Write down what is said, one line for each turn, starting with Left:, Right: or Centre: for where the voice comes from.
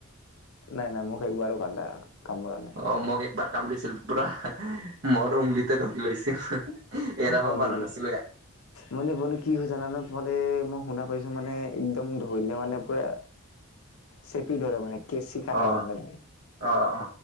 Left: নাই নাই মোক একবাৰো কান্দা কামোৰা নাই।
Right: অ মোক একবাৰ কামৰিছিল পুৰা মৰ উংলিতে ধৰি লৈছিল। এৰাব
Left: অ', হয়
Right: পৰা
Left: নেকি?
Right: নাছিলো
Left: মানে মানে কি হয় জানান তোমালে মই শুনা পাইছো মানে একদম ধৰিলে মানে পুৰা
Right: <unintelligible>
Left: চেপি ধৰে মানে কেচি কটা
Right: অ
Left: যেন ধ
Right: অ অ